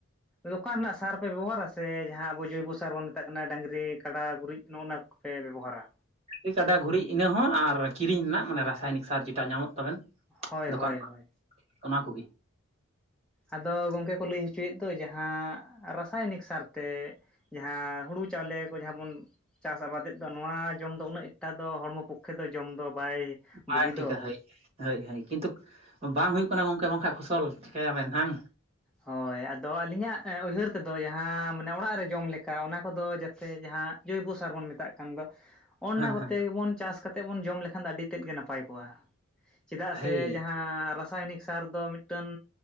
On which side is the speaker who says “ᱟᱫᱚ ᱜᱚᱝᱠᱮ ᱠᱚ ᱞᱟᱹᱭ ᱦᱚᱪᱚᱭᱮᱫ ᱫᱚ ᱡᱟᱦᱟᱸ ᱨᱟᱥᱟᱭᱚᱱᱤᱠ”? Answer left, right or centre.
Centre